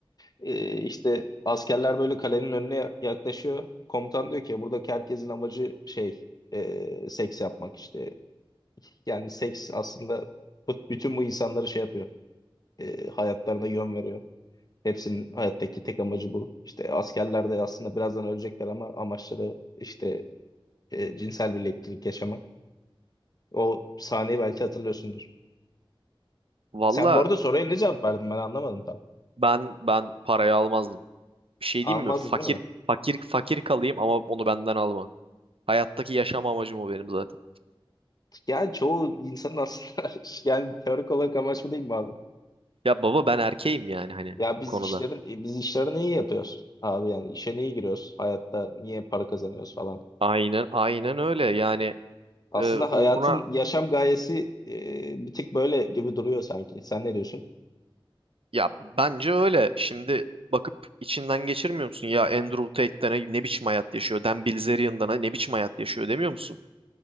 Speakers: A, on the left; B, on the right.
A: E, işte askerler böyle kalenin önüne yaklaşıyor. Komutan diyor ki buradaki herkesin amacı şey e, seks yapmak işte. Yani seks aslında bu- bütün bu insanları şey yapıyor. E, hayatlarına yön veriyor. Hepsinin hayattaki tek amacı bu. İşte askerler de aslında birazdan ölecekler ama amaçları işte e, cinsel birliktelik yaşamak. O sahneyi belki hatırlıyorsundur.
B: Valla
A: Sen bu arada soruya ne cevap verdin ben anlamadım tam.
B: ben ben parayı almazdım. Bir şey
A: Almazdın
B: diyeyim mi? Fakir
A: değil mi?
B: fakir fakir kalayım ama onu benden alma. Hayattaki yaşam amacım o benim zaten.
A: Yani çoğu insanın aslında <laughs> yani teorik olarak amaç bu değil mi abi?
B: Ya baba ben erkeğim yani hani
A: Ya biz
B: bu konuda.
A: işlerin e, biz işlerini iyi yapıyoruz abi yani işe niye giriyoruz? Hayatta niye para kazanıyoruz falan.
B: Aynen aynen öyle yani
A: Aslında
B: e, uğruna
A: hayatın yaşam gayesi e, bir tık böyle gibi duruyor sanki. Sen ne diyorsun?
B: ya bence öyle. Şimdi bakıp içinden geçirmiyor musun? Ya Andrew Tate'den ne, ne biçim hayat yaşıyor? Dan Bilzerian'dan ne biçim hayat yaşıyor demiyor musun?